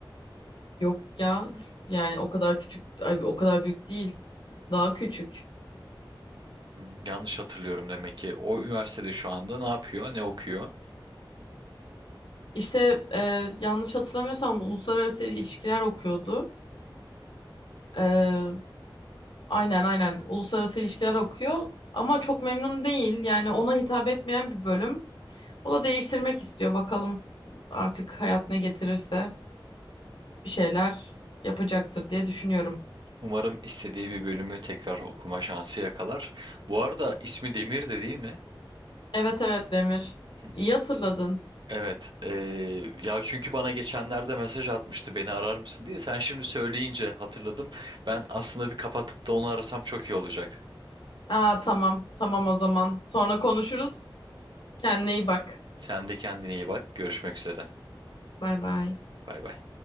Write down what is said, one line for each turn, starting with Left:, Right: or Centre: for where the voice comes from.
Left: yok ya. Yani o kadar küçük, ay, o kadar büyük değil. Daha küçük.
Right: hmm, yanlış hatırlıyorum demek ki. O üniversitede şu anda ne yapıyor? Ne okuyor?
Left: İşte e, yanlış hatırlamıyorsam uluslararası ilişkiler okuyordu. E, aynen aynen uluslararası ilişkiler okuyor. Ama çok memnun değil. Yani ona hitap etmeyen bir bölüm. O da değiştirmek istiyor. Bakalım artık hayat ne getirirse bir şeyler yapacaktır diye düşünüyorum.
Right: Umarım istediği bir bölümü tekrar okuma şansı yakalar. Bu arada ismi Demir de değil mi?
Left: Evet evet Demir.
Right: Hı.
Left: İyi hatırladın.
Right: Evet. eee, ya çünkü bana geçenlerde mesaj atmıştı beni arar mısın diye. Sen şimdi söyleyince hatırladım. Ben aslında bir kapatıp da onu arasam çok iyi olacak.
Left: Aa tamam. Tamam o zaman. Sonra konuşuruz. Kendine iyi bak.
Right: Sen de kendine iyi bak. Görüşmek üzere.
Left: Bay bay.
Right: Bay bay.